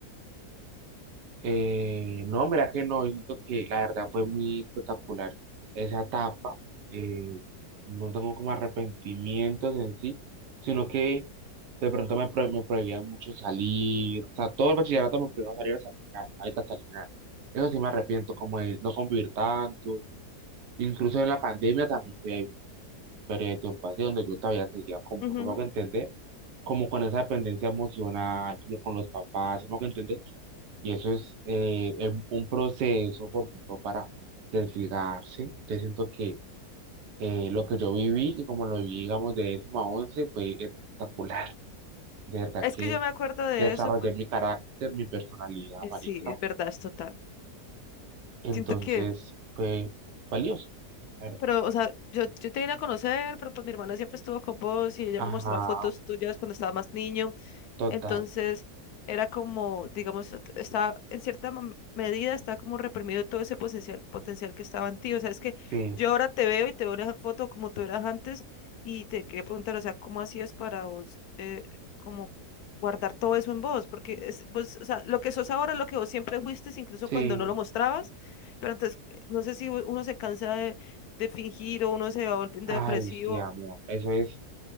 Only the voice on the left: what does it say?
Ujú.
Es
que yo me acuerdo de
eso. pues,
Eh,
Sí, es verdad, es total.
Siento que,
pero, o sea, yo, yo te vine a conocer, pero pues mi hermana siempre estuvo con vos y ella
me mostraba fotos tuyas cuando estaba más niño.
Entonces era como, digamos, ot- estaba en cierta mam- medida, estaba como reprimido todo ese potencial, potencial que estaba en ti. O sea, es que
yo ahora te veo y te veo en esa foto como tú eras antes y te quería preguntar, o sea, ¿cómo hacías para vos, eh, como guardar todo eso en vos? Porque es, pues, o sea, lo que sos ahora, es lo que vos siempre fuiste, incluso
cuando no lo mostrabas, pero entonces, eh, no sé si u- uno se cansa de, de fingir o uno se va volviendo
depresivo.